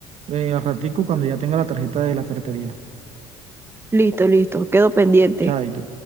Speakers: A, on the right; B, on the right.
A: eh, al ratico cuando ya tenga la tarjeta de la ferretería.
B: Listo, listo, quedo pendiente.
A: Chaito.